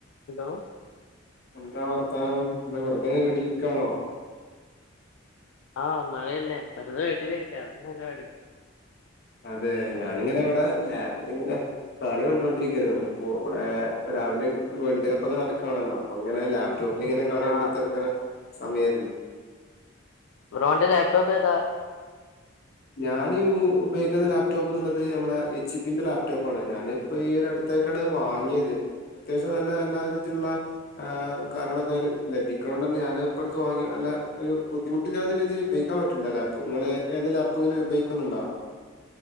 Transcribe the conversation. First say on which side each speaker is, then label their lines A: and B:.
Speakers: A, on the left; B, on the left.
A: Hello
B: എന്താ വർത്തമാനം എന്താ വെറുതേ <unintelligible> വീട്ടിൽ ഇരിക്കണോ
A: ആഹ് മഴയല്ലേ വെറുതെ വീട്ടിലിരിക്ക അ തന്നെ പരിപാടി
B: അതെ ഞാനിങ്ങനെ ഇവിടെ ലാപ്പിലിങ്ങനെ കളി കണ്ടോണ്ടിരിക്കണ് പ്പൊമ്പളെ രാവിലെ വേൾഡ് കപ്പൊക്കെ നടക്ക് ക്കാണല്ലോ അപ്പൊ അങ്ങനെ ലാപ്പ് ടോപ്പിലിങ്ങനെ കളികണ്ടൊത്തിരിക്കണെ
A: ആഹ്
B: സമയരുന്നു
A: ബ്രോൻ്റെ ലാപ്ടോപ്പ് ഏതാ
B: ഞാൻ യു ഉപയോഗിക്കുന്ന ലാപ്ടോപ്പ് എന്നുള്ളത് മ്മളെ എച്ച് പി ന്റെ ലാപ്ടോപ്പ് ആണ് ഞാന് ഇപ്പം ഈരു അടുത്തായിട്ടാണ് വാങ്ങിയത് അത്യാവശ്യം നല്ല എല്ലാ വിധത്തിലുള്ള ആ കാര്യങ്ങളൊക്കെ അതില് ലഭിക്കണോ ണ്ടന്നാ ഞാൻ ഇപ്പഴടുത്തു വാങ്ങി നല്ലരു ബുദ്ധിമുട്ടില്ലാത്ത രീതിയിൽ ഉപയോഗിക്കാൻ പറ്റുന്നുണ്ട് ലാപ്പ് നിങ്ങള് ഏത് <unintelligible> ഉപേഗിക്കുന്നുണ്ടോ